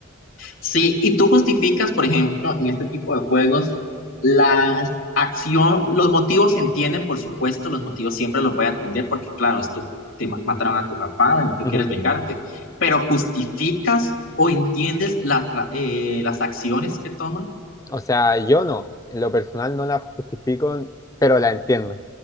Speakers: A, on the left (about 75°); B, on the left (about 15°).
A: Sí, y tú justificas, por ejemplo, en este tipo de juegos, la acción, los motivos se entienden, por supuesto, los motivos siempre los voy a entender porque, claro, es tu- te ma- mataron a tu papá y tú
B: Ujú.
A: quieres vengarte, pero justificas o entiendes las, ra- eh, las acciones que toman,
B: O sea, yo no, en lo personal no la justifico, pero la entiendo.